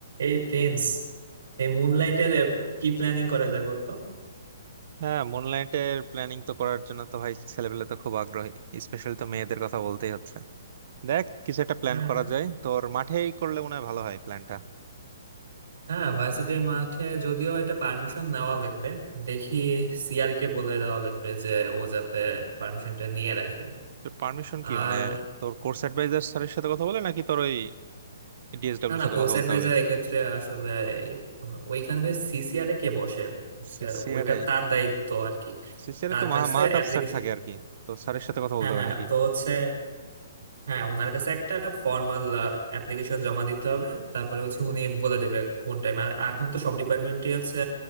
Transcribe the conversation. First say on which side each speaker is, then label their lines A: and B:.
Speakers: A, on the right (about 70°); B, on the right (about 55°).
A: এই প্রিন্স এই মুনলাইটের কি প্ল্যানিং করা যায় বলতো
B: হ্যাঁ মুনলাইটের প্ল্যানিং তো করার জন্য তো ভাই ছেলেপেলে তো খুব আগ্রহী স্পেশালি তো মেয়েদের কথা বলতেই হচ্ছে দেখ কিছু একটা প্ল্যান
A: হ্যাঁ
B: করা যায় তোর মাঠেই করলে মনে হয় ভালো হয় প্ল্যানটা
A: হ্যাঁ ভার্সিটির মাঠে যদিও এটা পারমিশন নেওয়া লাগবে দেখি সিআর কে বলে দেওয়া লাগবে যে ও যাতে পারমিশনটা নিয়ে রাখে
B: তোর পারমিশন
A: আর
B: কি মানে তোর কোর্স অ্যাডভাইজার স্যারের সাথে কথা বলে নাকি তোর ওই ডিএসডব্লিউর
A: না না
B: সাথে
A: কোচ
B: কথা
A: অ্যাডভাইজার
B: বলতে হবে
A: এক্ষেত্রে আসলে ওইখানকার সিসিআর এ কে বসে যে
B: সিসিআরে
A: ওইটা তার দায়িত্ব আর কি
B: সিসিআরে
A: তার
B: তো মাহ-
A: কাছে
B: মাহতাব
A: অ্যাপ্লিকেশন
B: স্যার থাকে আর কি তো স্যারের সাথে কথা
A: হ্যাঁ
B: বলতে হবে
A: হ্যাঁ
B: নাকি
A: তো হচ্ছে হ্যাঁ ওনার কাছে একটা ফর্মাল অ্যাপ্লিকেশন জমা দিতে হবে তারপরে হচ্ছে উনি বলে দেবে কোন টাইম আর এখন তো সব ডিপার্টমেন্টই হচ্ছে